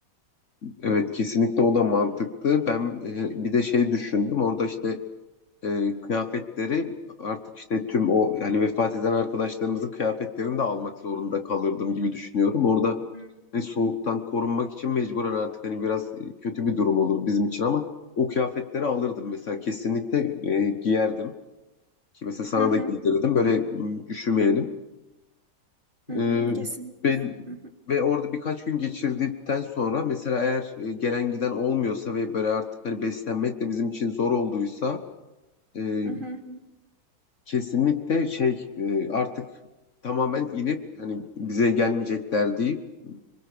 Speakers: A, on the left; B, on the right.
A: Evet kesinlikle o da mantıklı. Ben e, bir de şey düşündüm. Orada işte e, kıyafetleri artık işte tüm o yani vefat eden arkadaşlarımızın kıyafetlerini de almak zorunda kalırdım gibi düşünüyorum. Orada
B: Hı
A: hani soğuktan korunmak için mecburen artık hani biraz e, kötü bir durum olur bizim için ama o kıyafetleri alırdım mesela kesinlikle e, giyerdim. Ki mesela sana
B: hı hı
A: da giydirirdim böyle m, üşümeyelim.
B: hı hı,
A: E,
B: kesinlikle.
A: ve,
B: Hı hı
A: ve orada birkaç gün geçirdikten sonra mesela eğer e, gelen giden olmuyorsa ve böyle artık hani beslenmek de bizim için zor olduysa e,
B: hı hı
A: Kesinlikle şey e, artık tamamen inip hani bize gelmeyecekler deyip hmm,